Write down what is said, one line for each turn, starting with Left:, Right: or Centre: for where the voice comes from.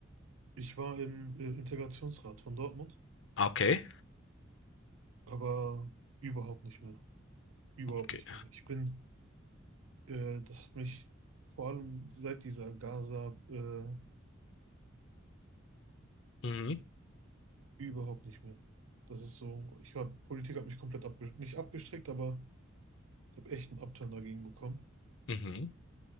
Right: Ich war im äh, Integrationsrat von Dortmund.
Left: Ah, Okay,
Right: aber überhaupt nicht mehr. Überhaupt
Left: okay.
Right: nicht mehr. Ich bin, äh, das hat mich vor allem seit dieser Gaza-Israel-Geschichte
Left: Mhm,
Right: überhaupt nicht mehr. Das ist so, ich habe, Politik hat mich komplett abgestrickt, nicht abgestrickt, aber ich habe echt einen Upturn dagegen bekommen.
Left: mhm.